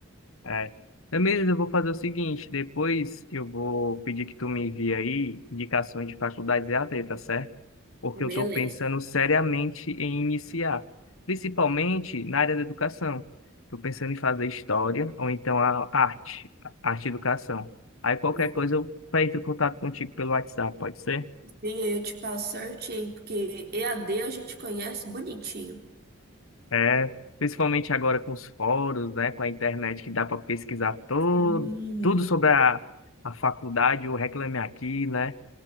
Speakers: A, on the left; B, on the right.
A: É. Tamires, eu vou fazer o seguinte, depois eu vou pedir que tu me envie aí indicações de faculdades e EAD, tá certo? Porque
B: Beleza.
A: eu estou pensando seriamente em iniciar, principalmente na área da educação. Estou pensando em fazer história ou então a arte, a- arte e educação. Aí qualquer
B: Hum.
A: coisa eu entro em contato contigo pelo WhatsApp, pode ser?
B: Sim, aí eu te passo certinho, porque EAD a D a gente conhece bonitinho.
A: É, principalmente agora com os fóruns, né, com a internet que dá para pesquisar todo,
B: Hum,
A: tudo sobre a, a faculdade, o Reclame Aqui, né?